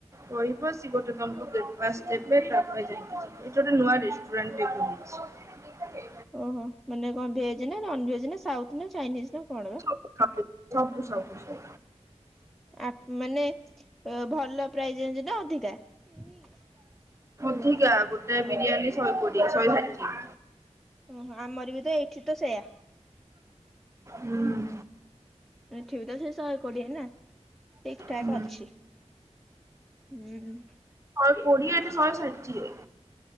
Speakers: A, on the right (about 25°); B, in the centre.
A: କହିବ ସିଏ ଗୋଟେ ତମକୁ ଗ୍ରୋଷ୍ଟ ଦେବେ ତାପରେ ଯାଇକି ଯ ଏଠ ଗୋଟେ ନୂଆ ରେଷ୍ଟୁରଣ୍ଡ ଖୋଲିଛି।
B: ଓହୋ ମାନେ କଣ ଭେଜ ନା ନନ ଭେଜ ନା ସାଉଥ ନା ଚାଇନିଜ ନା କଣ ବା।
A: ସବୁ ସବୁ ସବୁ ସବୁ ସବୁ।
B: ଆ ମାନେ ଭଲ ପ୍ରାଇଜ ଜଣିଛି ନା ଅଧିକ କା।
A: ଅଧିକା ଗୋଟେ ବିରିୟାନୀ ସହେ କୋଡିଆ ସହେ ଷାଠିଏ।
B: ଓହୋ ଆମର ବି ତ ଏଇଠି ତ ସେଇୟା।
A: ହୁଁ।
B: ଏଠିବି ତ ସେ ଶହେ କୋଡ଼ିଏ ନା ଠିକଠାକ
A: ହୁଁ
B: ଅଛି ହୁଁ
A: ଶହେ କୋଡ଼ିଏଠି ଶହ ଷାଠିଏ।